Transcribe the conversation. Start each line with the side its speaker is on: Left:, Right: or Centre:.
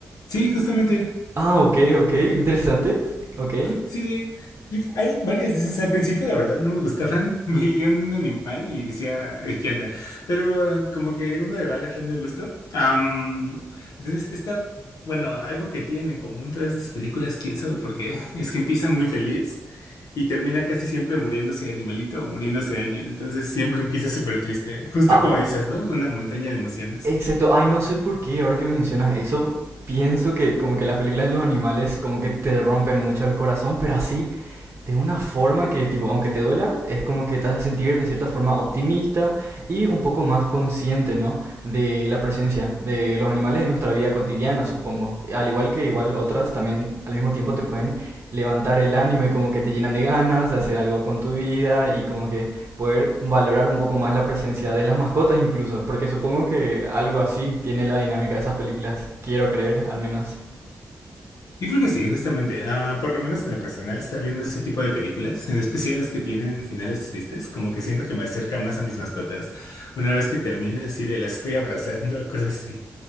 Left: sí, justamente,
Right: Ah, ok, ok, interesante. Ok.
Left: sí, sí. Yo- Hay varias de esas. Al principio, la verdad, no me gustaban. <laughs> Veía un animal y decía, "Ay, ¿qué onda? Pero ah, como que uno le va agarrando el gusto. Am, entonces, esta, bueno, algo que tienen en común todas estas películas, quién sabe por qué, es que empiezan muy feliz Y termina casi siempre muriéndose animalito o muriéndose alguien. Entonces siempre <laughs> empieza súper triste. Justo
Right: Ay,
Left: como dices, ¿no? Una montaña de emociones.
Right: exacto. Ay, no sé por qué, ahora que me mencionas eso, pienso que como que las películas de los animales como que te rompen mucho el corazón, pero así, de una forma que, tipo, aunque te duela, es como que te has de sentir de cierta forma optimista y un poco más consciente, ¿no? De la presencia de los animales en nuestra vida cotidiana, supongo. Al igual que igual otras, también al mismo tiempo te pueden levantar el ánimo y como que te llenan de ganas de hacer algo con tu vida y como que poder valorar un poco más la presencia de las mascotas incluso, porque supongo que algo así tiene la dinámica de esas películas, quiero creer al menos.
Left: Yo creo que sí, justamente. Ah, por lo menos en lo personal, estar viendo ese tipo de películas, en especial las que tienen finales tristes, como que siento que me acerca más a mis mascotas. Una vez que termines así de las estoy abrazando, <laughs> cosas así.